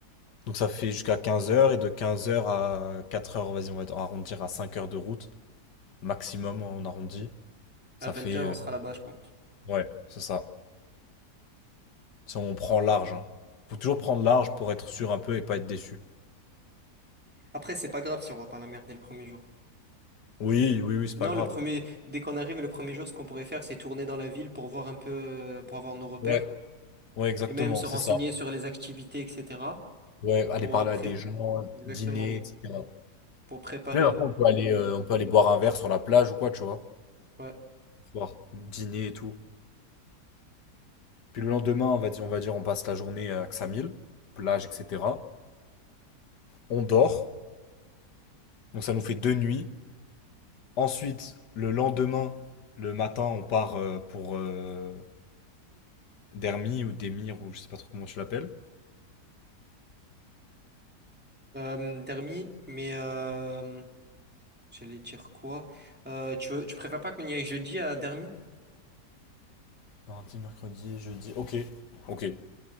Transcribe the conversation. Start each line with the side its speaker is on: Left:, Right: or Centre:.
Left: Donc ça fait jusqu'à quinze heures et de quinze heures à quatre heures vas-y, on va arrondir à cinq heures de route. Maximum, hein, on arrondit. Ça
Centre: À vingt
Left: fait.
Centre: heures
Left: euh,
Centre: on sera là-bas, je pense.
Left: Ouais, c'est ça. Si on prend large, hein. Faut toujours prendre large pour être sûr un peu et pas être déçu.
Centre: Après, c'est pas grave si on va pas la merde dès le premier jour.
Left: Oui, oui, oui, c'est
Centre: Non,
Left: pas grave.
Centre: le premier, dès qu'on arrive, le premier jour, ce qu'on pourrait faire, c'est tourner dans la ville pour voir un peu, euh, pour avoir nos repères
Left: Ouais, ouais, exactement,
Centre: et même se
Left: c'est
Centre: renseigner
Left: ça.
Centre: sur les activités, etc.
Left: Ouais, aller
Centre: Pour
Left: parler
Centre: euh, pré-
Left: à des gens,
Centre: exactement,
Left: dîner, etc.
Centre: pour préparer
Left: Même après,
Centre: le
Left: on peut
Centre: lendemain.
Left: aller, euh, on peut aller boire un verre sur la plage ou quoi, tu vois.
Centre: Ouais.
Left: le Soir, dîner et tout. Puis le lendemain, on va dire, on va dire, on passe la journée à Xamil, plage, etc. On dort, donc ça nous fait deux nuits. Ensuite, le lendemain, le matin, on part euh, pour euh, Dermi ou Demir ou je sais pas trop comment tu l'appelles.
Centre: Euh, Dermi, mais euh, j'allais dire quoi? Euh, tu veux, tu préfères pas qu'on y aille jeudi à Dermi?
Left: Mardi, mercredi, jeudi. Ok. Ok.